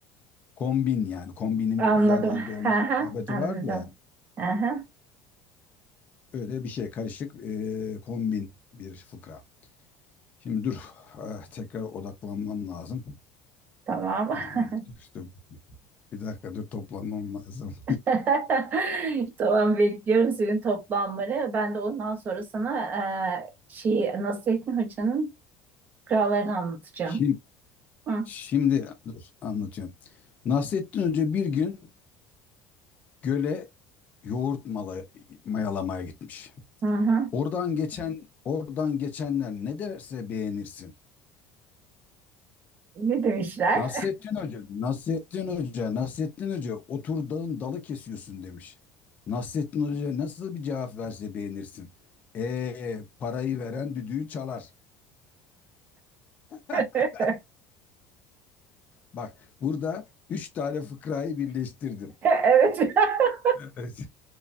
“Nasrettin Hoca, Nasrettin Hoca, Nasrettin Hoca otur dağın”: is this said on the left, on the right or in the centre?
Left